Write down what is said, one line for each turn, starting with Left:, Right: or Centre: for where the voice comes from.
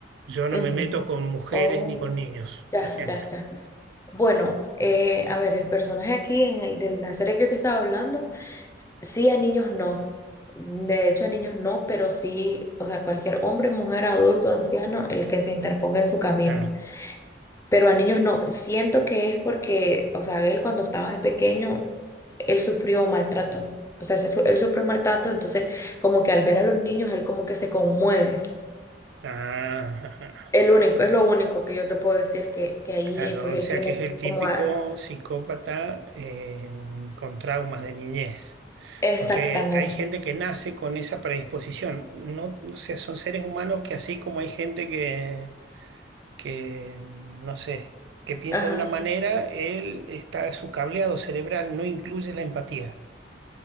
Right: Yo no
Left: ujú,
Right: me meto con mujeres
Left: oh,
Right: ni con niños,
Left: ya,
Right: por ejemplo.
Left: ya, ya. Bueno, eh, a ver, el personaje aquí en el de la serie que yo te estaba hablando, sí a niños no. De hecho, a niños no, pero sí, o sea, cualquier hombre, mujer, adulto, anciano, el que se interponga en su camino.
Right: Claro.
Left: Pero a niños no. Siento que es porque, o sea, él cuando estaba de pequeño, él sufrió maltrato. O sea, se fu- él sufrió maltrato, entonces como que al ver a los niños, él como que se conmueve.
Right: Ah,
Left: El único, es lo único que yo te puedo decir que,
Right: <laughs>
Left: que ahí
Right: claro,
Left: eh, pues
Right: o
Left: él
Right: sea
Left: tiene
Right: que es el típico
Left: como... a-
Right: psicópata eh, con traumas de niñez.
Left: Exactamente.
Right: Porque hay gente que nace con esa predisposición. No, o sea, son seres humanos que así como hay gente que, que, mm, no sé, que piensa
Left: Ajá.
Right: de una manera, él está, su cableado cerebral no incluye la empatía.